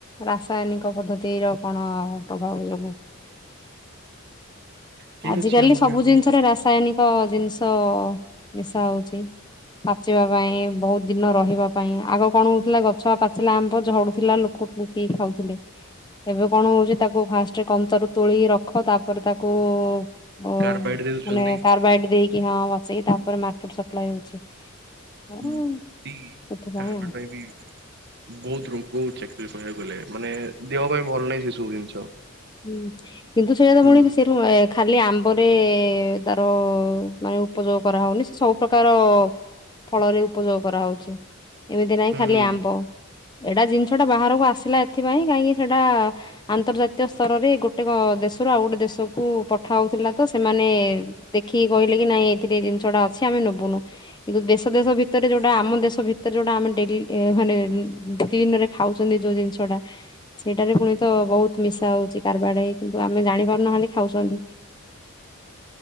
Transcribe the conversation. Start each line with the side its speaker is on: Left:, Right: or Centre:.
Left: ରାସାୟନିକ ପଦ୍ଧତିର କଣ ପ୍ରଭାବ ଯୋଗୁଁ।
Right: ଠିକ
Left: ଆଜି
Right: ଅଛି
Left: କାଲି
Right: ଆମକୁ
Left: ସବୁ
Right: ଏହାକୁ
Left: ଜିନିଷରେ ରାସାୟନିକ ଜିନିଷ ମିଶା ହଉଚି। ପାଚିବା ପାଇଁ ବହୁତ ଦିନ ରହିବା ପାଇଁ ଆଗ କଣ ହଉଥିଲା ଗଛ ପାଚିଲା ଆମ୍ବ ଝଡୁଥିଲା ଲୋକ ଗୋଟେଇକି ଖାଉଥିଲେ। ଏବେ କଣ ହଉଛି ତାକୁ ଫାଷ୍ଟରେ କଞ୍ଚାରୁ ତୋଳିି ରଖ ତାପରେ ତାକୁ ଓ ମାନେ
Right: କାର୍ବାଇଡ ଦେଉଛନ୍ତି
Left: କାର୍ବାଇଡ ଦେଇକି ହଁ ପଚେଇକି ତାପରେ ମାର୍କେଟ ସପ୍ଲାଏ ହଉଛି। ଆଉ
Right: ହଁ କି
Left: ସେଥିପାଇଁ
Right: କାରବାଇଟି
Left: ଆଉ
Right: ପାଇଁ ବି ବହୁତ ରୋଗ ହଉଛି। କହିବାକୁଗଲେ ମାନେ ଦେହ ପାଇଁ ଭଲ ନାହିଁ ସେ ସବୁ ଜିନିଷ।
Left: ହୁଁ କିନ୍ତୁ ସେଇଟା ତ
Right: ହୁଁ।
Left: ପୁଣି ସେଠୁ ଖାଲି ଆମ୍ବରେ ତାର ମାନେ ଉପଯୋଗ କରାହଉନି ସେ ସବୁ ପ୍ରକାର ଫଳରେ ଉପଯୋଗ କରାହଉଛି ଏମିତି ନାହିଁ
Right: ହୁଁ
Left: ଖାଲି ଆମ୍ବ। ଏଇଟା ଜିନିଷ ଟା ବାହାରକୁ ଆସିଲା ଏଥିପାଇଁ କାହିଁକି ସେଇଟା ଆନ୍ତର୍ଜାତି ଦ ସ୍ତରରେ ଗୋଟେ ଦେଶରୁ ଆଉ ଗୋଟେ ଦେଶକୁ ପଠା ହଉଥିଲା ତ ସେମାନେ ଦେଖିକି କହିଲେ ନାଇଁ ଏଇଥିରେ ଜିନିଷଟା ଅଛି ଆମେ ନେବୁନୁ କିନ୍ତୁ ଦେଶ ଦେଶ ଭିତରେ ଯୋଉଟା ଆମ ଦେଶ ଭିତରେ ଯୋଉଟା ଆମେ ଡେଲି ମାନେ ଦି ଦିନରେ ଖାଉଛନ୍ତି ଯୋଉ ଜିନିଷଟା ସେଇଟାରେ ପୁଣି ତ ବହୁତ ମିଶା ହଉଛି କାରବାଡେ ହେଇ କିନ୍ତୁ ଆମେ ଜାଣିପାରୁନାହାନ୍ତି ଖାଉଛନ୍ତି।